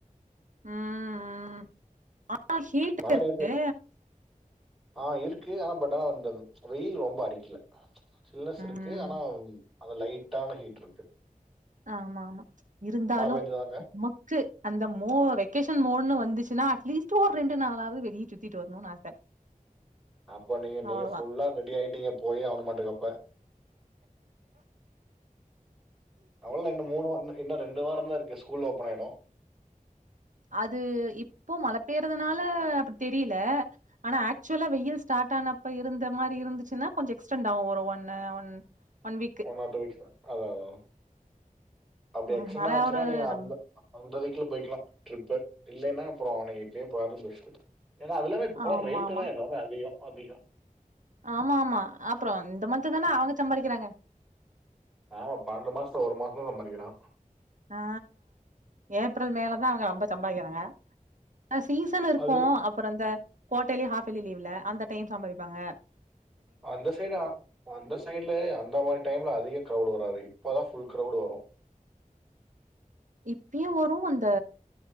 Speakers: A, on the right; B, in the centre.
A: ம் ம் ஆ ஹீட்டா
B: மழை
A: இருக்கு
B: நேத்து ஆ இருக்கு ஆனா பட் ஆனா அந்த வெயில் ரொம்ப அடிக்கல சில்னஸ்
A: ம்
B: இருக்கு ஆனா அது லைட்டான ஹீட் இருக்கு
A: ஆமா ஆமா இருந்தாலு
B: மழை பெஞ்சதாங்க
A: நமக்கு அந்த மோ வெக்கேஷன் மோட்ன்னு வந் துச்சுன்னா அட்லீஸ்ட் ஒ ரெண்டு நாளாவது வெளியே சுத்திட்டு வரணும்னு ஆச
B: அப்ப நீங்க நீங்க
A: அவ்ளோதா
B: ஃபுல்லா ரெடி ஆயிட்டீங்க போய் ஆவனு மாட்டக்கு அப்ப அவ்ளோ இன்னு மூணு வ இன்னு ரெண்டு வாரோ தா இருக்கு இங்க ஸ்கூல் ஓபன் ஆயிடு
A: அது இப்போ மழ பெயறதுனால அப்டி தெரியல ஆனா ஆக்சுவலா வெயில் ஸ்டார்ட் ட்டானப்ப இருந்த மாரி இருந்துச்சுன்னா கொஞ்சோ எக்ஸ்டென்ட் ஆவு ஒரு ஒன்னு one week
B: one or two வீக்ஸ்ஸா அதா அதா அப்டி எக்ஸ்டன்
A: அதனால
B: ஆச்சுன்னா
A: ஒரு
B: நீங்க
A: நம்
B: அந்த அந்த வீக்குல போய்க்கலா ட்ரிப்பு இல்லேன்னா அப்புறோ நீங்க இப்போயே போறது பெஸ்ட்டு ஏன்னா அது எல்லாமே இப்ப
A: ஆமா
B: போற ரேட்டு்
A: ஆமா
B: தா எல்லாமே அதிக அதிக
A: ஆமா ஆமா அப்றோ இந்த மந்த் தானே அவங்க சம்பாசிரிக்கிறாங்க
B: ஆமா பன்னெண்டு மாசத்துல ஒரு மாசோ தா சம்பாதிக்கிறா
A: ஆ ஏப்ரல் மே ல தா அவங்க ரொம்ப சம்பாக்கிறாங்க அ சீசன் இருக்கு
B: அது
A: அப்புறோ இந்த குவாட்டலி ஹாஃப்லி லீவ்ல அந்த டைம் சம்பாதிப்பாங்க
B: அந்த சைடு அந்த சைட்லே அந்த மாரி டைம்ல அதிகோ கிரவ்ட் வராது இப்பதா ஃபுல் கிரெவ்டு வரு
A: இப்பியு வரு அந்த